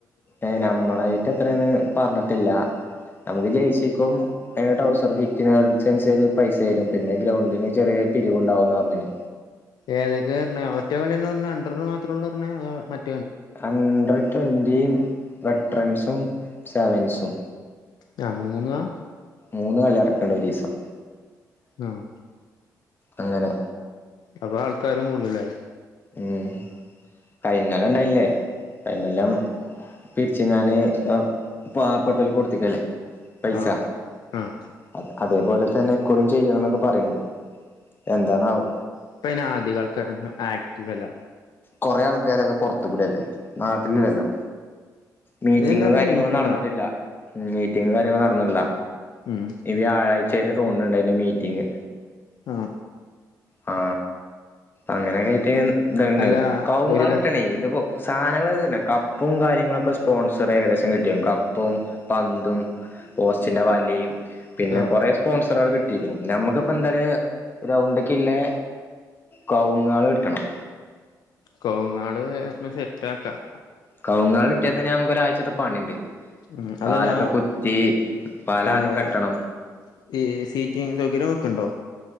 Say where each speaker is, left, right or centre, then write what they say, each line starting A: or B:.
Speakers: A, on the left; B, on the left.
A: ഏ നമ്മളായിട്ട് എത്രയാന്ന് പറഞ്ഞിട്ടില്ല നമുക്ക് ജെയ്‌സിക്കും <unintelligible> ടൗസർ <unintelligible> പൈസ തരും പിന്നെ ഗ്രൗണ്ടിന് ചെറിയ പിരിവുണ്ടാവുന്ന് പറഞ്ഞിനു.
B: ഏതൊക്കെയാ പറഞ്ഞേ ഒറ്റ കളിന്ന് പറഞ്ഞേ അണ്ടർല് മാത്രുള്ളൂ പറഞ്ഞേ അതോ മറ്റ്
A: അണ്ടർ ട്വൻറ്റീയും വെട്രൻസും സെവൻസും
B: ഞാ മൂന്നാ
A: മൂന്ന് കളി നടക്ക്ണ്ട് ഒരീസം
B: ആഹ്
A: അങ്ങനെ
B: അപ്പൊ ആൾക്കാരും കൂടുല്ലേ
A: ഉം കയിഞ്ഞൊല്ലം ഉണ്ടായില്ലേ കയിഞ്ഞൊല്ലം പിരിച്ചുങ്ങാന് ഏഹ് പാവപ്പെട്ടോൽക്ക് കൊടുത്തിക്കല്ലേ പൈസ
B: ആഹ് ആഹ്
A: അ അതേപോലെ അതന്നെ ഇക്കുറിയും ചെയ്യണം എന്നൊക്കെ പറയിണ്ട് എന്താന്നാവോ?
B: ഇപ്പ അയിന് അധിക ആൾക്കാരൊന്നും ആക് വല്ല
A: കുറെേ ആൾക്കാരൊക്കെ പുറത്തു കൂടല്ലേ.. നാട്ടിലില്ലല്ലോ
B: ഉം
A: മീറ്റിങ്ങും
B: ഇതെന്താ പറഞ്ഞെ
A: കാര്യങ്ങളും
B: മീറ്റിങ്ങോ
A: നടന്നിട്ടില്ല മീറ്റിങ്ങും കാര്യങ്ങളും നടന്നില്ല
B: ഉം
A: ഇവി ആയി ചെറിയ തോന്നുന്നുണ്ട് അതിന്റെ മീറ്റിംഗ്
B: ആ..
A: ആ അങ്ങനെ കയറ്റിയ എന്താ
B: അല്ല
A: കാവുങ്ങാ
B: ഒരു ത
A: ഇടണേ ഇതിപ്പോ സാധനങ്ങൾ ഇതുതന്നെ. കപ്പും കാര്യങ്ങളൊക്കെ സ്പോൺസർ ഏകദേശം കിട്ടിയും കപ്പും പന്തും പോസ്റ്റിൻന്റെറെ വളിയും പിന്നെ
B: ആഹ്
A: കുറെ സ്പോൺസറുകൾ കിട്ടി കിട്ടിയിരുന്നു നമ്മുക്കുക്കിപോ എന്തര് ഗ്രൗണ്ട് പിന്നെ കവുങ്ങകിട്ടണം
B: കവുങ്ങക്കൾ സെറ്റ് ആക്കാം
A: കവുങ്ങൾ കിട്ടിയാൽ തന്നെ നമുക്ക് ഒരാഴ്ചത്തെ പണിണ്ട്
B: ഉം അതല്ല
A: കാലൊക്കെ കുത്തി പല
B: ഏഹ്
A: ആദ്യം കെട്ടണം
B: ഈ സീറ്റിങ് സൗകര്യം ഒക്കെണ്ടോ